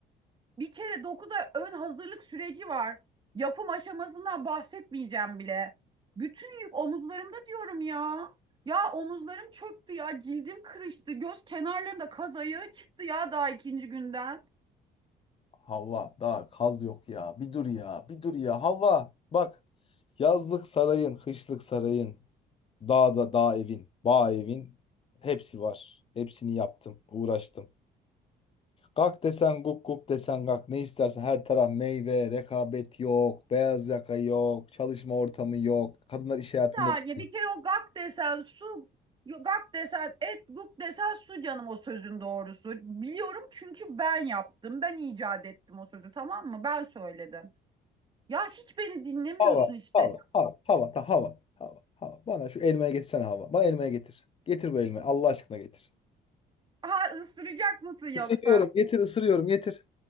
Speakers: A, on the right; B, on the left.
A: Bir kere 9 ay ön hazırlık süreci var. Yapım aşamasından bahsetmeyeceğim bile. Bütün yük omuzlarımda diyorum ya. Ya omuzlarım çöktü ya, cildim kırıştı, göz kenarlarımda kaz ayağı çıktı ya daha ikinci günden.
B: Havva daha kaz yok ya. Bir dur ya. Bir dur ya. Havva bak. Yazlık sarayın, kışlık sarayın, dağda dağ evin, bağ evin hepsi var. Hepsini yaptım, uğraştım. Kalk desen guk guk desen kalk ne istersen her taraf meyve, rekabet yok, beyaz yaka yok, çalışma ortamı yok. Kadınlar iş hayatında
A: Bir saniye,
B: değil.
A: bir kere o gak desen su, yo- gak desen et, guk desen su canım o sözün doğrusu. Biliyorum çünkü ben yaptım, ben icat ettim o sözü tamam mı? Ben söyledim. Ya hiç beni dinlemiyorsun
B: Hava,
A: işte.
B: hava, hava, hava, ta, hava, hava, hava. Bana şu elmaya getirsene hava. Bana elmaya getir. Getir bu elmayı. Allah aşkına getir.
A: Ha ısıracak mısın yoksa?
B: Isırıyorum, getir, ısırıyorum, getir.